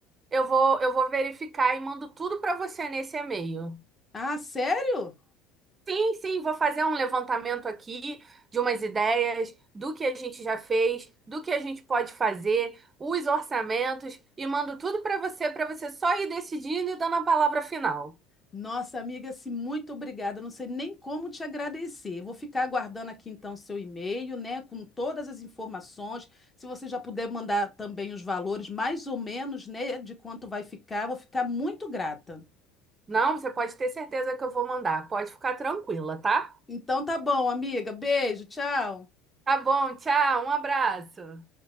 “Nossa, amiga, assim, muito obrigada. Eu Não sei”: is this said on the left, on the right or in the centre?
Left